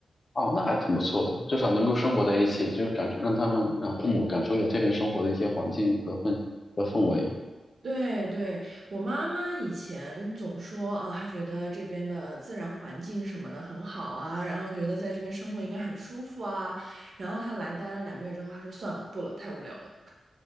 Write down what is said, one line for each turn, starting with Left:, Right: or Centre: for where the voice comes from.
Left: 哦，那还挺不错的，至少能够生活在一起，就感让他们让父母感受一下这边生活的一些环境和氛和氛围。
Right: 对对，我妈妈以前总说啊，她觉得这边的自然环境什么的很好啊，然后觉得在这边生活应该很舒服啊，然后她来待了两个月之后，她说算了，不了，太无聊了。